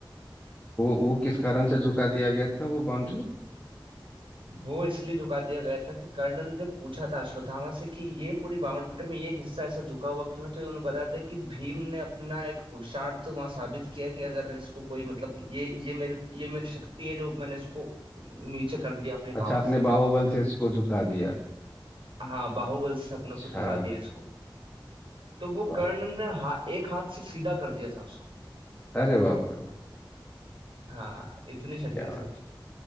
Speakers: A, on the left (about 15°); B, on the right (about 85°).
A: वो वो किस कारण से झुका दिया गया था वो बाउंड्री
B: वो इसलिए झुका दिया गया था कि कर्नल ने जब पूछा था अश्वत्थामा से कि ये पूरी बाउंड्री में ये एक हिस्सा ऐसा झुका हुआ क्यों है तो उन्होंने बताया था कि भीम ने अपना एक पुरुषार्थ वहां साबित किया कि अगर इसको कोई मतलब ये ये मेरे ये मेरी शक्ति है जो मैंने इसको नीचे कर दिया अपनी
A: अच्छा
B: पावर
A: आपने
B: से
A: बाहुबल से इसको झुका दिया
B: हाँ बाहुबल से
A: अच्छा
B: अपने को झुका दिया इसको तो वो
A: वाह
B: कर्णन ने हा, एक हाथ से सीधा कर दिया था उसको
A: अरे बाप रे वाह
B: हाँ इतनी शक्ति
A: क्या बात
B: थी उन-